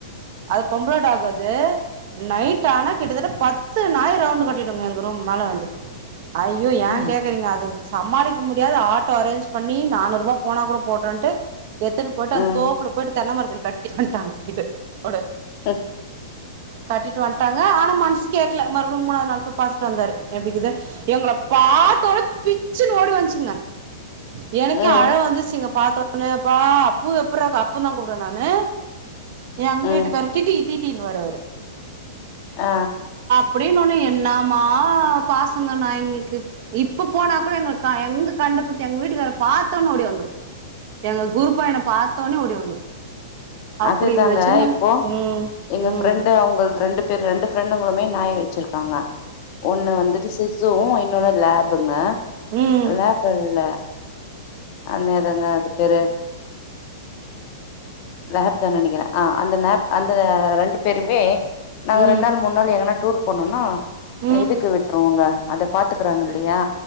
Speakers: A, on the right (about 45°); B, on the left (about 40°).
A: அது பொம்பள டாக் அது நைட் ஆனா கிட்டத்தட்ட பத் து நாயி ரவுண்டு் கட்டிடுங்க எங்க ரூம் மேல வந்து, ஐயோ ஏ
B: ம்.
A: கேக்கறீங்க அது சமாளிக்க முடியாது ஆட்டோ அரேஞ்ச் பண்ணி நானூருவா போனா கூட போட்டுன்ட்டு எத்தன்ன போட்டு
B: ம்.
A: அந்த தோப்புல போட்டு, தென்ன மரத்துல கட்டி வன்டாங்க போய்ட்டு ஓட
B: <unintelligible>
A: கட்டிட்டு வன் ட்டாங்க ஆனா மனசு கேக்கல, மறுபடியு மூணாவது நாள் போய் பாத்துட்டு வந்தாரு, எப்டி இக்குது எங்கள பாத்த உன்னே பிச்சின்னு ஓடி வந்துச்சுங்க எனக்கே
B: ம்.
A: அழ வந்துச்சிங்க பா்த்தோனேப்பா அப்பு எப்றாக்க அப்புன் தா கூப்புடுவே நானு எங்க
B: ம்.
A: வீட்டுக்காரு டீட்டி டீட்டின்னு வாரு அவரு
B: அ
A: அப்புடின்னுன்னே என்னமா பாசங்க நாயிங்களுக்கு, இப்ப போனா கூட எங்களுக்கு எங்க கண் டுபிடிச்சி எங்க வீட்டுக்கார பாத்தோன ஓடி வந்துரு எங்க குருபா என்ன பாத்தவுடனே ஓடி வந்துரு அப்டி
B: அதுதாங்க
A: வச்சிருந்தாங்க
B: இப்போ
A: ம்
B: எங்க
A: ம்
B: ஃப்ரெண்ட்டு அவுங்கள்து ரெண்டு பேர் ரெண்டு ஃரெண்டுங்களுமே நாய் வெச்சிருக்காங்க, ஒன்னு வந்துட்டு சிசுவு இன்னோனு லேபுங்க
A: ம் ம்
B: லேப் அல்ல அன்னதுங்க அது பேரு லேப் தான நினைக்கிறே ஆ அந்த னேப் அந்த ரெண்டு பேருமே நாங்க
A: ம்
B: ரெண்டு நாள் மூணு நாள் எங்கனா டூர் போனுனா
A: ம்
B: இதுக்கு விட்ருவாங்க அத பாத்துக்கறாங்க இல்லையா